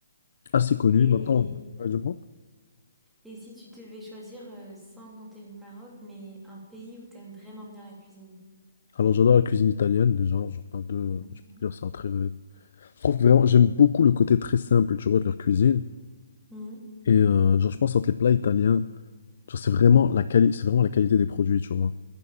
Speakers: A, on the left; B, in the centre.
A: assez connu.
B: Et,
A: Maintenant, Ouais, dis-moi.
B: et si tu devais choisir, euh, sans compter le Maroc, mais un pays où t'aimes vraiment bien la cuisine?
A: Alors j'adore la cuisine italienne déjà, genre un deux,
B: Ok.
A: je peux dire ça très. Je trouve vraiment, j'aime beaucoup le côté très simple, tu vois, de leur cuisine.
B: Mhm.
A: Et euh, genre je pense entre les plats italiens, genre c'est vraiment la quali- c'est vraiment la qualité des produits, tu vois.